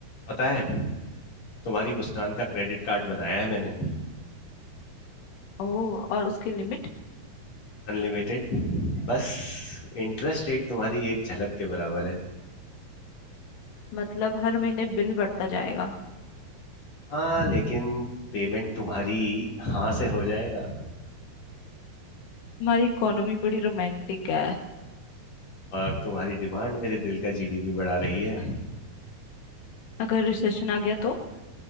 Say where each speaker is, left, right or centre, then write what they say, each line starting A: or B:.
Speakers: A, on the left; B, on the left.
A: पता है तुम्हारी मुस्कान का क्रेडिट कार्ड बनाया है मैंने
B: ओह और उसकी लिमिट
A: अनलिमिटेड बस इंटरेस्ट रेट तुम्हारी एक झलक के बराबर है
B: मतलब हर महीने बिल बढ़ता जाएगा
A: हाँ लेकिन पेमेंट तुम्हारी हाँ से हो जाएगा
B: हमारी इकोनॉमी बड़ी रोमांटिक है
A: और तुम्हारी डिमांड मेरे दिल का जीडीपी बढ़ा रही है
B: अगर रिसेशन आ गया तो